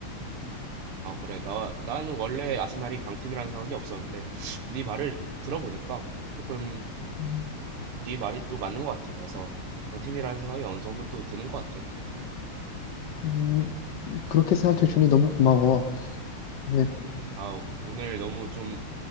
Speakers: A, on the right; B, on the left.
A: 아, 그래. 나, 나는 원래 아스날이 강팀이라는 생각이 없었는데, 네 말을 들어보니까 조금
B: 음,
A: 네 말이 또 맞는 것 같아. 그래서 강팀이라는 생각이 어느 정도 또 드는 것 같아.
B: 음, 그렇게 생각해주니 너무 고마워. 네,
A: 아, 오늘 너무 좀